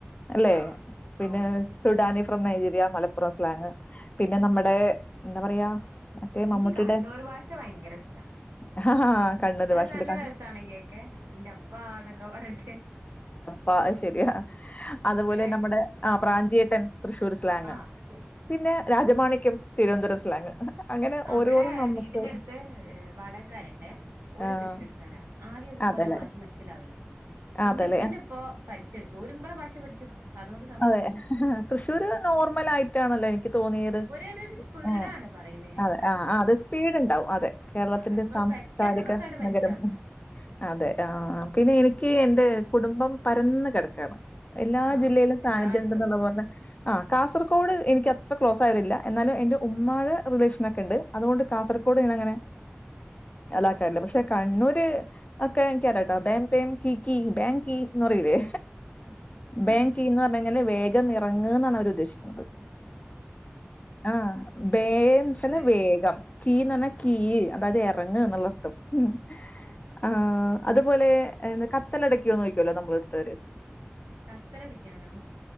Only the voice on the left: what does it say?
അല്ലെ,
പിന്നെ
Sudani from Nigeria Malappuram slang പിന്നെ നമ്മടെ എന്താ പറയാ മറ്റേ
മമ്മൂട്ടിയുടെ
ആ, കണ്ണൂർ
ഭാഷയില്
കൺ
വാ അഅ് ശരിയാ അതുപോലെ
നമ്മടെ ആഹ് പ്രാഞ്ചിയേട്ടൻ തൃ ർ സ്ലാങ്
പിന്നെ
രാജമാണിക്കം തിരുവന്തര സ്ലാങ്. അങ്ങനെ
ഓരോന്നും നമുക്ക്
ആഹ്
അതേല്ലേ
അതേല്ലേ
അതെ
തൃശ്ശൂര് നോർമലായിട്ടാണല്ലോ എനിക്ക് തോന്നിയത്.
ഏഹ്
അതെ ആഹ് ആഹ് അത് സ്പീഡ് ണ്ടാവും അതെ കേരളത്തിന്റെ
സാംസ്കാരിക
നഗരം അതെ ആഹ് പിന്നെ എനിക്ക് എന്റെ കുടുംബം പരന്ന് കേടക്കാണ് എല്ലാ
ജില്ലയിലും
അതെ ആഹ് കാസർക്കൊഡ് എനിക്കത്ര ക്ലോസ് ആയവരില്ല എന്നാലും എന്റെ ഉമ്മാഴ റിലേഷനൊക്കെ ണ്ട്. അതുകൊണ്ട് കാസർകോട് ഇങ്ങനെ അങ്ങനെ അലാക്കാറില്ല പക്ഷെ കണ്ണൂര് ഓക്കെ എനിക്കറിയാട്ടോ ബേം പേം കി കി ബേങ് കീ ന്നറയൂല്ലേ.
ബേം കീ ന്ന് പറഞ്ഞഴിഞ്ഞാല് വേഗം ഇറങ്ങ് ന്നാണ് അവര് ഉദ്ദേശിക്കുന്നത്. ആഹ് ബേന്ന്
ച്ചാല്
വേഗം കീന്ന് പറഞാ
കീയ്യ്. അതായത് ഇറങ്ങ് എന്നുള്ളർത്ഥം മ്മ്ഹ് ആഹ്. അതുപോലെ എന്താ കത്തലടക്കോ ന്നോയ്ക്കൊല്ലോ നമ്മളടുത്തവര്